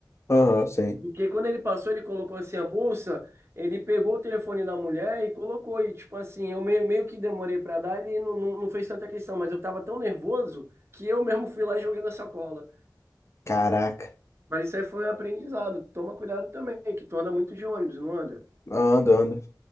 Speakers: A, on the left (about 40°); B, on the right (about 35°).
A: Aham, sim.
B: Porque quando ele passou, ele colocou assim a bolsa, ele pegou o telefone da mulher e colocou. E tipo assim, eu meio, meio que demorei pra dar, ele não, não, não fez tanta questão, mas eu tava tão nervoso que eu mesmo fui lá e joguei na sacola.
A: Caraca,
B: Mas isso aí foi um aprendizado. Toma cuidado também, que tu anda muito de ônibus, não anda?
A: ando, ando.